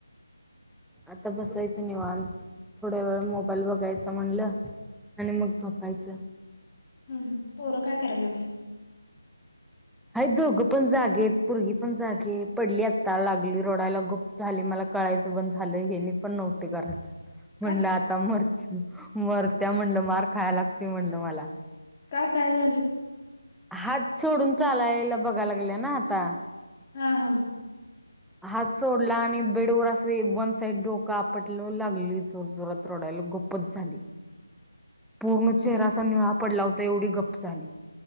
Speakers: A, in the centre; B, on the left.
A: आता बसायचं निवांत, थोड्या वेळ मोबाईल बघायचा म्हणलं आणि मग झोपायचं.
B: हम् हं पोरं काय करायला लागलेत?
A: आहे दोघं पण जागेयेत, पोरगी पण जागी, पडली आत्ता लागली रडायला गप झाली मला कळायचं बंद झालं, हे नी पण नव्हते घरात.
B: <inaudible>
A: म्हणलं आता मरत मरत्या म्हणलं मार खायला लागती म्हणलं मला.
B: का काय झालं?
A: हात सोडून चालायला बघायला गेले ना आता लागले ना आता.
B: हा हा
A: हात सोडला आणि बेडवर असं वन साईड डोक आपटलं, लागली जोर जोरात रोडायला गप पच झाली.
B: <inaudible>
A: पूर्ण
B: हम्म
A: चेहरा आसा निळा पडला होता, एवढी गप्प झाली.